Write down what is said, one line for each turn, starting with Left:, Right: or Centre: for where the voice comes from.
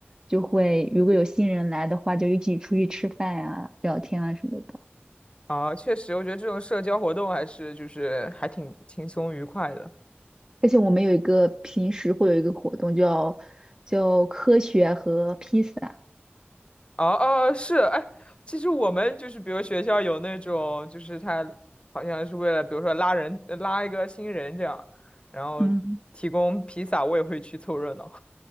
Right: 就会，如果有新人来的话，就一起出去吃饭啊、聊天啊什么的。
Left: 啊，确实，我觉得这种社交活动还是就是还挺轻松愉快的。
Right: 而且我们有一个平时会有一个活动叫叫科学和披萨，
Left: 哦哦，是，哎，其实我们就是，比如学校有那种，就是他好像是为了，比如说拉人，拉一个新人这样，然后提供披萨，
Right: 嗯。
Left: 我也会去凑热闹，